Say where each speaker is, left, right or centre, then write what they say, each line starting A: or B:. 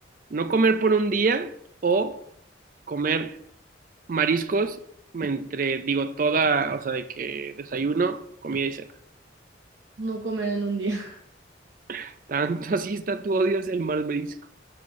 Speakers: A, on the right; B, on the right.
A: ¿No comer por un día o comer mariscos entre, digo, toda, o sea, de que desayuno, comida y cena?
B: no comer en un día.
A: <laughs> Tanto así está tu odio hacia el mal marisco.